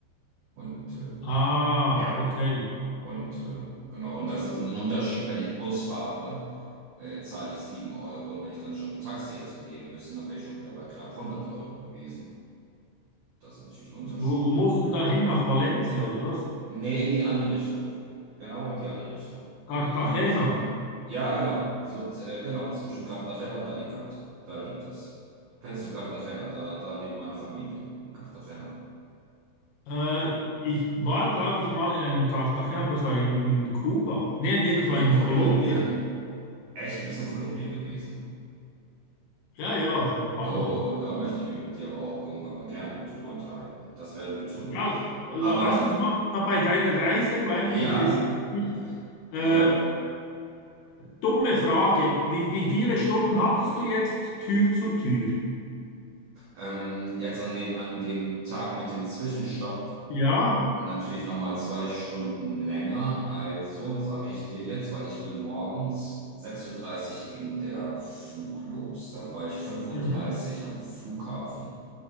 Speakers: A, on the right; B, on the left.
A: Und äh,
B: Ah,
A: ja,
B: okay.
A: und äh, genau. Und das ist ein Unterschied, wenn ich Bus fahre, äh, zahle ich 7 Euro. Und wenn ich dann schon ein Taxi hätte nehmen müssen, dann wäre ich schon wieder bei knapp hundert Euro gewesen. Das ist natürlich ein Unterschied,
B: Wo, wo
A: ne?
B: mussten da hin? Nach Valencia, oder was?
A: Nee, in die andere Richtung. Genau in die andere Richtung. In
B: Cartagena.
A: die andere Richtung. Ja, genau. So, äh, genau, zwischen Cartagena und Alicante. Da liegt das. Kennst du Cartagena? Da, da lebt meine Familie. In Cartagena.
B: Äh, ich war, glaube ich, mal in einem Cartagena, aber das war in, in Kuba. Nee, nee, das war
A: In
B: in
A: Kolumbien?
B: Kolumbien.
A: Echt, du bist in Kolumbien gewesen?
B: Ja, ja, so ein paar
A: Oh,
B: Mal.
A: da möchte ich mich mit dir aber auch irgendwann mal gern drüber unterhalten. Das werden wir tun.
B: Ja, la-
A: Aber
B: lass uns mal noch bei deiner Reise bleiben.
A: ja,
B: Interessiert mich.
A: w-
B: Äh,
A: ja,
B: dumme Frage. Wie, wie viele Stunden hattest du jetzt Tür zu Tür?
A: ähm, jetzt an dem, an dem Tag mit dem Zwischenstopp
B: Ja,
A: Natürlich nochmal zwei Stunden länger. Also sage ich dir jetzt, weil ich bin morgens sechs Uhr dreißig ging der Flug los. Dann war ich fünf Uhr
B: mhm.
A: dreißig am Flughafen.